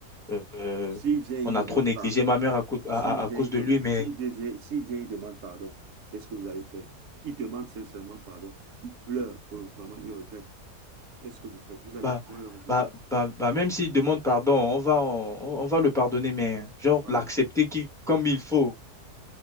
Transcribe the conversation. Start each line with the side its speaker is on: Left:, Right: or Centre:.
Centre: Euh,
Right: S'il vient, il
Centre: on
Right: demande
Centre: a trop négligé
Right: pardon.
Centre: ma mère à, cau- à-
Right: S'il
Centre: à-
Right: vient,
Centre: à cause
Right: il
Centre: de
Right: demande,
Centre: lui, mais
Right: s'il devient- s'il vient, il demande pardon. Qu'est-ce que vous allez faire? Il demande sincèrement pardon. Il pleure, euh, vraiment, il regrette. Qu'est-ce que vous faites? Vous allez
Centre: bah,
Right: toujours le rejeter?
Centre: bah, bah, bah, même s'il demande pardon, on va, on, on va le pardonner, mais genre
Right: Voilà.
Centre: l'accepter qui, comme il faut.